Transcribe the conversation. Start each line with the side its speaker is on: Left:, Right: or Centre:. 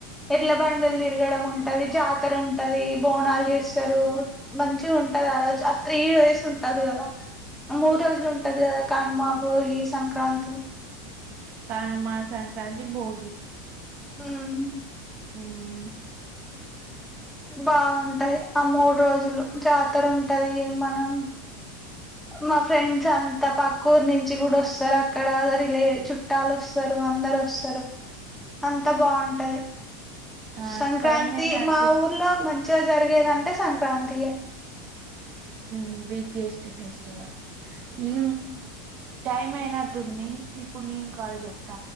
Centre: ఎడ్లబండి తిరగడం ఉంటది జాతరుంటంది బోనాలు చేస్తారు మంచిగుంటది ఆ రోజు ఆ త్రీ త్రీ డేస్ ఉంటది కదా మూడ్రోజులు ఉంటది కదా కన్మా భోగి సంక్రాంతి
Right: కనుమా సంక్రాంతి భోగి
Centre: ఊ మ్
Right: ఊ మ్
Centre: బాగుంటది ఆ మూడురోజులు జాతరుంటది మనం మా ఫ్రెండ్స్ అంతా పక్కూరు నుంచి కూడా ఓస్తారు అక్కడ జరిగే చుట్టాలు వస్తారు అ అందరు ఓస్తరు అంత బాగుంటది
Right: ఆ
Centre: సంక్రాంతి
Right: టైం అయినట్టు
Centre: మా ఊరు లో మంచిగా జరిగేదంటే సంక్రాంతి ఏ
Right: హ్మ్ బిగేస్ట్ ఫెస్టివల్ ఇ
Centre: ఉమ్
Right: టైమ్ అయినట్టుంది ఇప్పుడు నేను కాల్ చెత్త